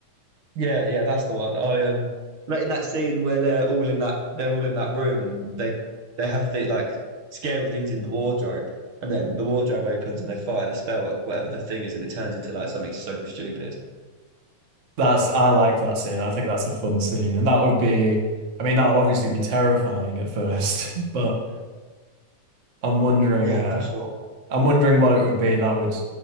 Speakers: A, on the right; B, on the right.
A: Yeah, yeah, that's the one. I um like in that scene where they're all in that they're all in that room and they they have the like scary things in the wardrobe and then the wardrobe opens and they fire the spell at whatever the thing is and it turns into like something so stupid.
B: That's I like that scene. I think that's a fun scene. And that would be I mean that would obviously be terrifying at first, <laughs> but I'm wondering
A: Yeah,
B: uh
A: for sure.
B: I'm wondering what it would be that would